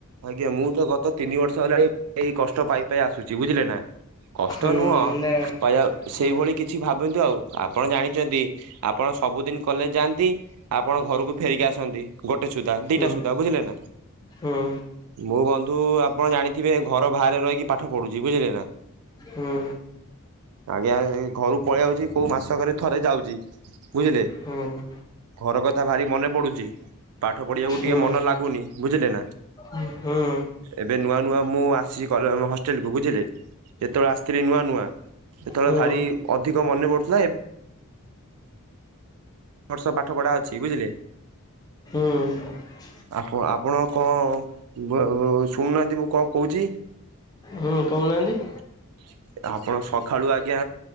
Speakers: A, on the right; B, on the left.
A: ଆଜ୍ଞା ମୁଁ ତ ଗତ ତିନି ବର୍ଷ ହେଲାଣି ଏଇ କଷ୍ଟ ପାଇ ପାଇ ଆସୁଚି, ବୁଝିଲେ ନା। କଷ୍ଟ
B: ହୁଁ
A: ନୁହଁ
B: ନା
A: କହିଯା ସେଇଭଳି
B: ହଁ
A: କିଛି ଭାବନ୍ତୁ ଆଉ ଆପଣ ଜାଣିଛନ୍ତି ଆପଣ ସବୁଦିନ କଲେଜ ଯାଆନ୍ତି, ଆପଣ ଘରକୁ ଫେରିକି ଆସନ୍ତି। ଗୋଟେ ସୁଧା ଦିଟା
B: ହୁଁ
A: ସୁଧା ବୁଝିଲେ ନା,
B: ହୁଁ
A: ମୁଁ ବନ୍ଧୁ ଆପଣ ଜାଣିଥିବେ ଘର ବାହାରେ ରହିକି ପାଠ ପଢୁଛି। ବୁଝିଲେ ନା।
B: ହୁଁ
A: ଆଜ୍ଞା, ଘରୁ ପଳେଇଆଉଛି କୋଉ ମାସକରେ ଥରେ ଯାଉଛି, ବୁଝିଲେ।
B: ହୁଁ
A: ଘର କଥା ଭାରି ମନେ ପଡୁଚି। ପାଠ ପଢିବାକୁ ଟିକେ
B: ହୁଁ
A: ମନ ଲାଗୁନି, ବୁଝିଲେ ନା।
B: ହୁଁ
A: ଏବେ ନୂଆ ନୂଆ ମୁଁ ଆସିଚି କଲେ ହଷ୍ଟେଲକୁ। ବୁଝିଲେ। ଯେତେବେଳେ ଆସିଥିଲି ନୂଆ ନୂଆ ସେତେବେଳେ
B: ହୁଁ
A: ଭାରି ଅଧିକ ମନେପଡୁଥିଲା। ଏବ୍ ବର୍ଷ ପାଠ ପଢା ଅଛି, ବୁଝିଲେ।
B: ହଁ।
A: ଆପଣ ଆପଣ କଣ ଶୁଣୁନାହାନ୍ତି ମୁଁ କଣ କହୁଚି।
B: ହଁ କହୁନାହାନ୍ତି?
A: <unintelligible> ଆପଣ ସକାଳୁ ଆଜ୍ଞା